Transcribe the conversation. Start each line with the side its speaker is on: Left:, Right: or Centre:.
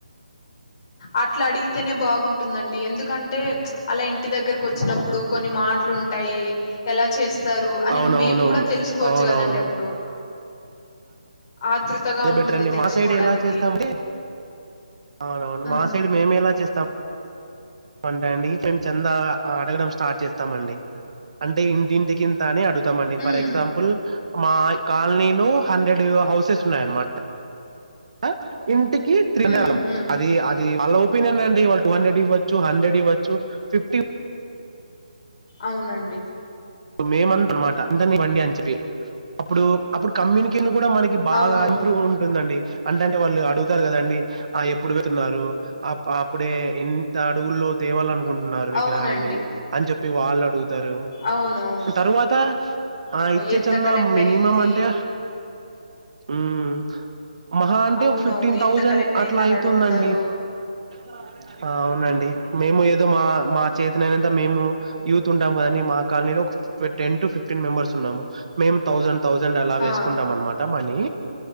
Left: అట్లా అడిగితేనే బాగుంటుందన్ ఎందుకంటే చ్ అలా ఇంటి దగ్గరకొచ్చినప్పుడు కొన్ని మాటలుంటాయి ఎలా చేస్తారు అని
Right: అవునవును
Left: మేము కూడా తెలుసుకోవచ్చు
Right: అవునవును
Left: కదండి అప్పుడు ఆతృతగా
Right: అదే
Left: ఉంటుంది
Right: బెటర్ అండి
Left: తెలుసుకోవడానికి
Right: మా సైడ్ ఎలా చేస్తామంటే అవునవును
Left: ఉమ్
Right: మా సైడ్ మేమ ఎలా చేస్తాము మంటే అండి మేము చెంద అడగడం స్టార్ట్ చేస్తామండి అంటే ఇంటింటికింత అని అడుగు తమండి
Left: ఉమ్
Right: ఫర్ ఎగ్జాంపుల్ మా ఇ కాలనీలో హండ్రెడ్ హౌసెస్ ఉన్నాయన్నమాట ఆ ఇంటి కి త్రిహండ్రెడ్
Left: ఉమ్
Right: ఆళం
Left: ఉమ్
Right: అది అది అలో పినానన్ డి వాళ్ళు టూ హండ్రెడ్ ఇవ్వచ్చు హండ్రెడ్ ఇవచ్చు ఫిఫ్టీ
Left: అవునండి
Right: మేమంత అనమాట ఎంతనా ఇవ్వండి అని చెప్పి అప్పుడు అప్పుడు కమ్యూనికేషన్ కూడా మనకి బాగా
Left: అవునవును
Right: ఇంప్రూవ్ ఉంటుందండి అంటంటే వాళ్ళు అడుగుతారు కదండి ఆ ఎప్పుడు వెతున్నారు అప్ అప్ ఇప్పుడే ఎంత అడుగుల్లో తేవాలనుకుంటున్నారు విగ్రహాన్ని
Left: అవునండి
Right: అని చెప్ టి వాళ్ళు అడుగు తరు
Left: అవునవును
Right: తరువాత ఆ ఇచ్చే
Left: ఎంత
Right: చందా
Left: కలెక్ట్
Right: మినిమం
Left: అయింది
Right: అంటే ఉమ్ మహా అంటే
Left: అవునవును
Right: ఒక ఫిఫ్టీన్
Left: ఎంత
Right: థౌజండ్
Left: కలెక్ట్ అయిందని
Right: అట్లా అయితుందండి
Left: అడుగుతారు
Right: బ ఆ అవునండి మేము ఏదో మా మా చేతనై నంతా మేము యూత్ ఉంటాం కదాని మా కాలనీలో టెన్ టు ఫిఫ్టీన్ మెంబర్స్ ఉన్నాము మేము థౌజండ్ థౌజండ్ అలా వేసుకుంటాం
Left: ఆ
Right: అనమాట మనీ